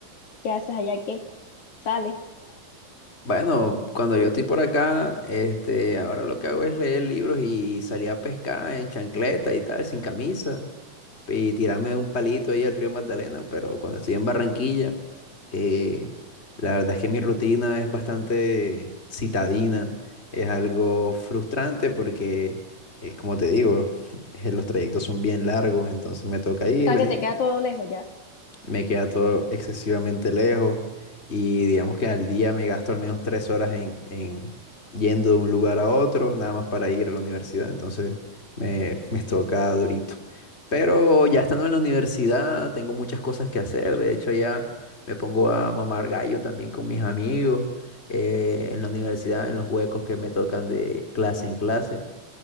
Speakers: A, on the left; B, on the left.
A: ¿Qué haces allá que sales? O
B: Bueno, cuando yo estoy por acá, este, ahora lo que hago es leer libros y salir a pescar en chancleta y tal, sin camisa, y tirarme un palito ahí al río Magdalena, pero cuando estoy en Barranquilla, eh, la verdad es que mi rutina es bastante citadina, es algo frustrante porque, eh, como te digo, <laughs> los trayectos son bien largos, entonces me toca ir,
A: sea,
B: venir
A: que te queda todo lejos ya.
B: me queda todo excesivamente lejos y digamos que al día me gasto al menos tres horas en, en yendo de un lugar a otro, nada más para ir a la universidad, entonces me, me toca durito. Pero ya estando en la universidad tengo muchas cosas que hacer, de hecho ya me pongo a mamar gallo también con mis amigos eh, en la universidad, en los huecos que me tocan de clase en clase.